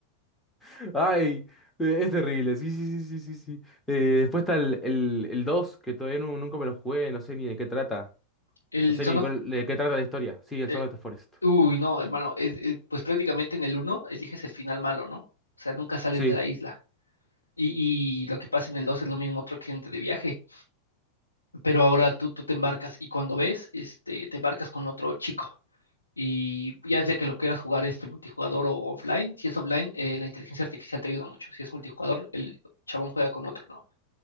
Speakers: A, in the centre; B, on the left.
A: <laughs> Ay, eh, es terrible, sí, sí, sí, sí, sí, sí. Eh, después está el, el, el 2 que todavía nu- nunca me lo jugué, no sé ni de qué trata.
B: El
A: No sé
B: Son
A: ni
B: of-
A: cuál- de qué trata la historia. Sí, el
B: eh,
A: Song of the Forest.
B: uy, no, hermano, es- es- pues prácticamente en el uno eliges el final malo, ¿no? O sea, nunca sales
A: Sí.
B: de la isla. Y, y lo que pasa en el 2 es lo mismo, otro accidente de viaje. pero ahora tú, tú te embarcas y cuando ves, este, te embarcas con otro chico. Y ya desde que lo quieras jugar este multijugador o offline, si es offline, eh, la inteligencia artificial te ayuda mucho. Si es multijugador, el chabón juega con otro, ¿no?